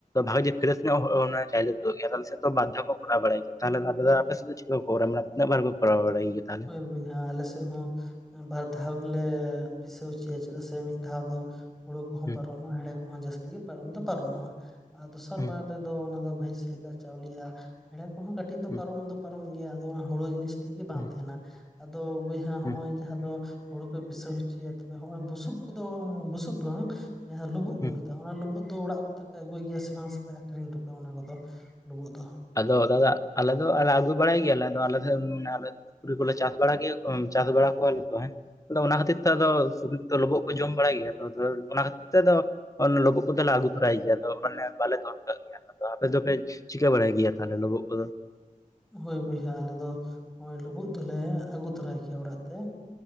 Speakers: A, on the left; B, in the centre.
A: ᱵᱷᱟᱜᱮ ᱯᱨᱮᱥ ᱧᱚᱜ ᱦᱳᱲᱳ ᱨᱮᱱᱟᱜ ᱵᱟᱨ ᱫᱷᱟᱣ ᱠᱚ ᱠᱚᱨᱟᱣ ᱵᱟᱲᱟᱭ ᱜᱮᱭᱟ᱾ ᱛᱟᱦᱞᱮ ᱟᱯᱮ ᱟᱯᱮ ᱪᱤᱠᱟᱹ ᱵᱟᱠᱚ ᱠᱚᱨᱟᱣ? ᱛᱤᱱᱟᱹᱜ ᱵᱟᱨ ᱠᱚ ᱠᱚᱨᱟᱣ ᱵᱟᱲᱟ ᱜᱮᱭᱟ? ᱛᱟᱦᱚᱞᱮ
B: ᱦᱳᱭ ᱟᱞᱮ ᱥᱮᱫ ᱦᱚᱸ ᱵᱟᱨ ᱫᱷᱟᱣ ᱜᱮᱞᱮ ᱯᱤᱥᱟᱹᱣ ᱦᱚᱪᱚᱭᱟ ᱪᱮᱫᱟᱜ ᱥᱮ ᱢᱤᱫ ᱫᱷᱟᱣ ᱫᱚ ᱦᱳᱲᱳ ᱠᱚᱦᱚᱸ
A: ᱦᱩᱸ
B: ᱯᱟᱨᱚᱢᱚᱜᱼᱟ, ᱦᱮᱲᱮ ᱠᱚᱦᱚᱸ ᱡᱟᱹᱥᱛᱤ ᱜᱮ ᱯᱟᱨᱚᱢ ᱫᱚ ᱯᱟᱨᱚᱢᱚᱜᱼᱟ ᱟᱨ ᱫᱚᱥᱟᱨ
A: ᱦᱩᱸ
B: ᱵᱟᱨ ᱚᱱᱟ ᱫᱚ ᱵᱷᱮᱥ ᱞᱮᱠᱟ ᱪᱟᱣᱞᱮᱜᱼᱟ᱾ ᱦᱮᱲᱮ ᱠᱚᱦᱚᱸ ᱠᱟᱹᱴᱤᱡ ᱫᱚ
A: ᱦᱩᱸ
B: ᱯᱟᱨᱚᱢ ᱫᱚ ᱯᱟᱨᱚᱢ ᱜᱮᱭᱟ ᱾ ᱚᱱᱟ ᱦᱩᱲᱩ ᱡᱤᱱᱤᱥ ᱛᱮᱫ ᱜᱮ ᱵᱟᱝ
A: ᱦᱩᱸ
B: ᱛᱟᱦᱮᱸᱱᱟ᱾ ᱟᱫᱚ ᱵᱚᱭᱦᱟ ᱱᱚᱜᱼᱚᱭ
A: ᱦᱩᱸ
B: ᱡᱟᱦᱟᱸ ᱫᱚ ᱦᱩᱲᱩ ᱠᱚ ᱯᱤᱥᱟᱹᱣ ᱦᱚᱪᱚᱭᱟ ᱦᱚᱸ ᱚᱭ ᱵᱩᱥᱩᱵ ᱠᱚᱫᱚ ᱵᱩᱥᱩᱵ ᱫᱚ ᱡᱟᱦᱟᱸ ᱞᱩᱵᱩᱜ ᱠᱚ
A: ᱦᱩᱸ
B: ᱢᱮᱛᱟᱜᱼᱟ᱾ ᱚᱱᱟ ᱞᱩᱵᱩᱜ ᱫᱚ ᱚᱲᱟᱜ ᱟᱯᱮ ᱫᱚᱯᱮ ᱟᱜᱩᱭ ᱜᱮᱭᱟ ᱥᱮ ᱟᱹᱠᱷᱨᱤᱧ ᱦᱚᱴᱚ ᱠᱟᱜᱼᱟ? ᱚᱱᱟ ᱠᱚᱫᱚ ᱞᱩᱵᱩᱜ ᱫᱚ?
A: ᱟᱫᱚ ᱫᱟᱫᱟ ᱟᱞᱮ ᱫᱚ ᱟᱞᱮ ᱟᱹᱜᱩ ᱵᱟᱲᱟᱭ ᱜᱮᱭᱟᱞᱮ ᱟᱫᱚ ᱟᱞᱮ ᱥᱩᱠᱨᱤ ᱠᱚᱞᱮ ᱪᱟᱥ ᱵᱟᱲᱟ ᱜᱮ ᱪᱟᱥ ᱵᱟᱲᱟ ᱠᱚᱣᱟᱞᱮ ᱛᱚ᱾ ᱟᱫᱚ ᱚᱱᱟ ᱠᱷᱟᱹᱛᱤᱨ ᱛᱮ ᱟᱫᱚ ᱥᱩᱠᱨᱤ ᱠᱚᱛᱚ ᱞᱩᱵᱳᱜ ᱠᱚ ᱡᱚᱢ ᱵᱟᱲᱟᱭ ᱜᱮᱭᱟ ᱛᱚ᱾ ᱚᱱᱟ ᱠᱷᱟᱹᱛᱤᱨ ᱛᱮ ᱫᱚ ᱞᱩᱵᱳᱜ ᱠᱚᱫᱚ ᱞᱮ ᱟᱹᱜᱩ ᱛᱚᱨᱟᱭ ᱜᱮᱭᱟ᱾ ᱫᱚ ᱢᱟᱱᱮ ᱵᱟᱞᱮ ᱫᱚᱦᱚ ᱠᱟᱜ ᱜᱮᱭᱟ᱾ ᱟᱫᱚ ᱟᱯᱮ ᱫᱚᱯᱮ ᱪᱤᱠᱟᱹ ᱵᱟᱲᱟᱭ ᱜᱮᱭᱟ? ᱜᱮᱭᱟ ᱛᱟᱦᱚᱞᱮ ᱞᱩᱵᱳᱜ ᱠᱚᱫᱚ
B: ᱦᱳᱭ ᱵᱩᱭᱦᱟᱹ ᱟᱞᱮ ᱫᱚ ᱞᱩᱵᱩᱜ ᱫᱚᱞᱮ ᱟᱜᱩ ᱛᱚᱨᱟᱭ ᱚᱲᱟᱜ ᱛᱮ,